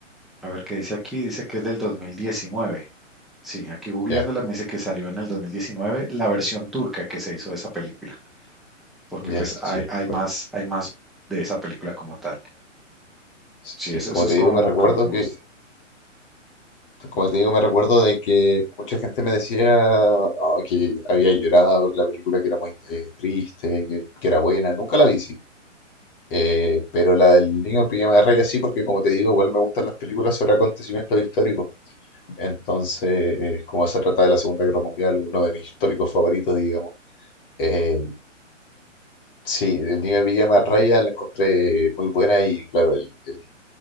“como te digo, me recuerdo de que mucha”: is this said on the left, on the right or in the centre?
Left